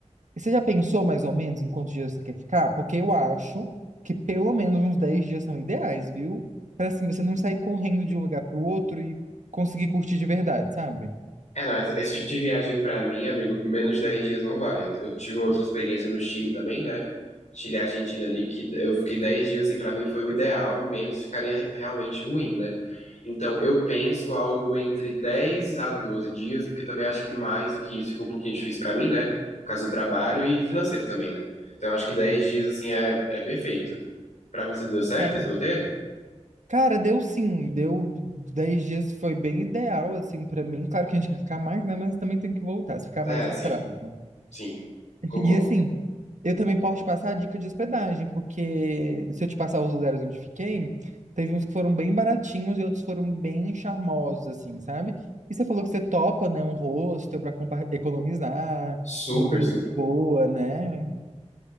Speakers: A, on the right; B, on the left.
A: E você já pensou mais ou menos em quantos dias você quer ficar? Porque eu acho que pelo menos uns 10 dias são ideais, viu? Para assim você não sair correndo de um lugar para o outro e conseguir curtir de verdade, sabe?
B: É, não, essa- esse tipo de viagem pra mim, amigo, menos de 10 dias não vai. Eu, eu tive uma outra experiência no Chile também, né? Chile e Argentina ali, que eu fiquei 10 dias, assim, pra mim foi o ideal, menos ficaria re- realmente ruim, né? Então, eu penso algo entre 10 a 12 dias, porque também acho que mais do que isso fica um pouquinho difícil pra mim, né? Por causa do trabalho e financeiro também, né? Então, eu acho que 10 dias, assim, é, é perfeito. Pra você deu certo
A: É.
B: esse roteiro?
A: Cara, deu sim, deu 10 dias, foi bem ideal, assim, pra mim. Claro que a gente quer ficar mais, né? Mas também tem que voltar, se ficar
B: É,
A: mais estrada.
B: sim,
A: né?
B: sim, concordo.
A: E assim, eu também posso te passar a dica de hospedagem, porque se eu te passar os lugares onde fiquei, teve uns que foram bem baratinhos e outros foram bem charmosos, assim, sabe? E você falou que você topa, né, um hostel para economizar,
B: Super,
A: uma coisa
B: super.
A: de boa, né?